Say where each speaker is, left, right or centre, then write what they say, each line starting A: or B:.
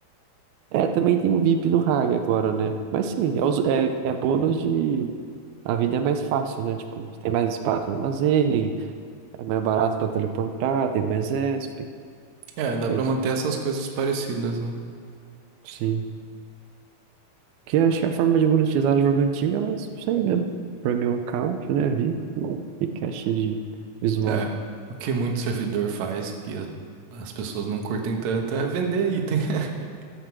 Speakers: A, on the right; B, on the right.
A: É, também tem o VIP no Hag agora, né? Mas sim, é, os- é, é bônus de. A vida é mais fácil, né? Tipo, tem mais espaço no armazém, é mais barato pra teleportar, tem mais ESP,
B: É, dá
A: coisa.
B: pra manter essas coisas parecidas, né?
A: Sim. Que eu acho que é a forma de monetizar jogo antigo é mais isso aí mesmo. Premium account, né? VIP e cash de visual.
B: É, o que muito servidor faz, que as as pessoas não curtem tanto, é vender item. <laughs>